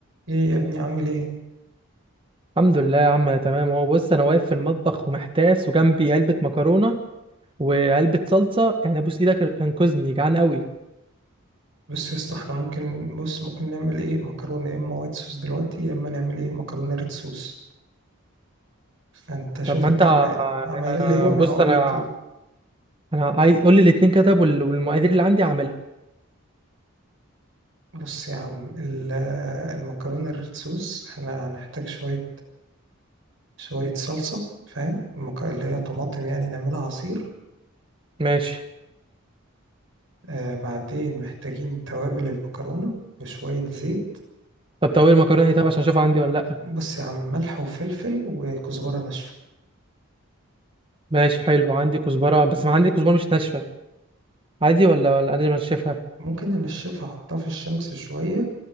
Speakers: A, on the right; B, on the right.
A: ايه يا ابني عامل ايه
B: الحمد لله يا عم انا تمام اهو بص انا واقف في المطبخ ومحتاس وجنبي علبه مكرونه وعلبه صلصه يعني ابوس ايدك انقذني جعان قوي
A: بص يا اسطى احنا ممكن بص ممكن نعمل ايه مكرونه يا اما وايت صوص دلوقتي يا اما نعمل ايه مكرونه ريد صوص فانت شوف
B: طب ما
A: انت
B: انت
A: ما- عمايل
B: أنا-
A: ايه وانا
B: بص
A: هقول
B: انا
A: لك ال-
B: انا عايز قول لي الاتنين كده طب وال- والمقادير اللي عندي هعملها
A: بص يا عم ال- المكرونه الريد صوص احنا هنحتاج شويه شويه صلصه فاهم مك- اللي هي طماطم يعني نعملها عصير
B: ماشي
A: آه بعدين محتاجين توابل المكرونه وشويه زيت
B: طب طب المكرونه ايه طب عشان اشوف عندي ولا لا
A: وبص يا عم ملح وفلفل وكزبره ناشفه
B: ماشي حلو عندي كزبره بس ما عندي كزبره مش ناشفه عادي ولا ولا انا انشفها
A: ممكن ننشفها احطها في الشمس شوية